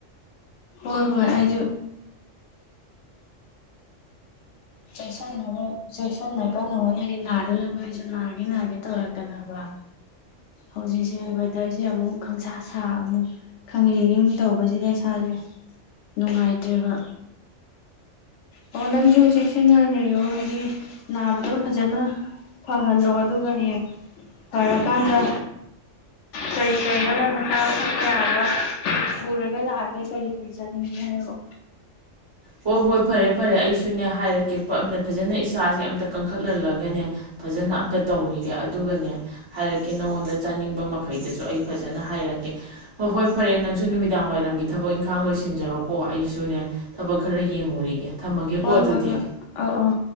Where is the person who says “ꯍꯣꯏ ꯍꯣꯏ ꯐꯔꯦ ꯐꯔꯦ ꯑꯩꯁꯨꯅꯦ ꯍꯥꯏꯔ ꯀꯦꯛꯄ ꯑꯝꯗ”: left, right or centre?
Right